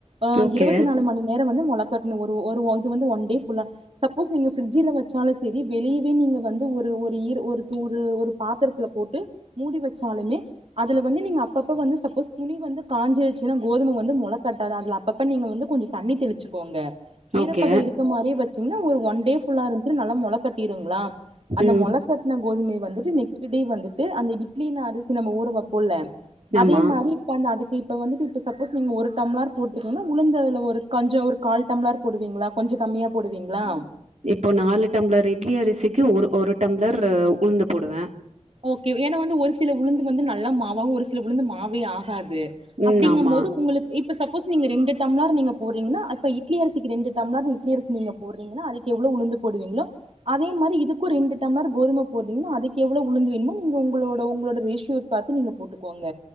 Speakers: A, on the right; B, on the right.
A: ஆ
B: ஓகே,
A: இருபத்தி நாலு மணி நேரம் வந்து முளைகட்டணு ஒரு ஒரு இது வந்து ஒன் டே ஃபுல்லா சப்போஸ் நீங்க பிரிட்ஜில வச்சாலூம் செரி வெளியவே நீங்க வந்து ஒரு ஒரு ஒரு ஒரு ஒரு பாத்திரத்துல போட்டு மூடி வச்சாலுமே அதுல வந்து நீங்க அப்பப்ப வந்து சப்போஸ் துணி வந்து காஞ்சிருச்சுன்னா கோதுமை வந்து மொள கட்டாது அப்ப அப்ப நீங்க வந்து கொஞ்ச தண்ணி தெளிச்சுக்கோங்க ஈரப்பதம்
B: ஓகே.
A: இருக்க மாதிரியே வச்சிங்கன்னா ஒரு ஒன் டே ஃபுல்லா இருக் நல்லா முள கட்டிருங்களா அந்த
B: ம்.
A: மொளகட்டுன கோதுமைய வந்துட்டு நெக்ஸ்ட் டே வந்துட்டு அந்த இட்லின அரிசி நம்ப ஊற வப்போல்ல அதே
B: ஆமா.
A: மாரி இப்ப அந்த அதுக் இப்ப வந்துட்டு இப்ப சப்போஸ் நீங்க ஒரு டம்ளார் போட்ருக்கீங்கன்னா உளுந்து அதுல ஒரு கஞ்சோ ஒரு கால் டம்ளார் போடுவீங்ளா கொஞ்சோ கம்மியா போடுவீங்ளா
B: இப்போ நாலு டம்ளர் இட்லி அரிசிக்கு ஒரு ஒரு டம்ளர்ரு உளுந்து போடுவ
A: ஓகே ஏன்னா வந்து ஒரு சில உளுந்து வந்து நல்லா மாவாவு ஒரு சில உளுந்து மாவே ஆகாது
B: ம்,
A: அப்டிங்க
B: ஆமா.
A: போது உங்குளுக்கு இப் இப்ப சப்போஸ் நீங்க ரெண்டு டம்ளர் நீங்க போட்றீங்கன்னா அப்ப இட்லி அரிசிக்கு ரெண்டு டம்ளர் இட்லியரிசி நீங்க போட்றீங்கனா அதுக்கு எவ்ளோ உளுந்து போடுவீங்களோ அதே மாரி இதுக்கூ ரெண்டு டம்மர் கோதும போட்றீகன்னா அதுக்கு எவ் வ்ளோ உளுந்து வேணுமோ நீங்க உங்களோட உங்களோட ரேஷியோ பாத்து நீங்க போட்டுக்கோங்க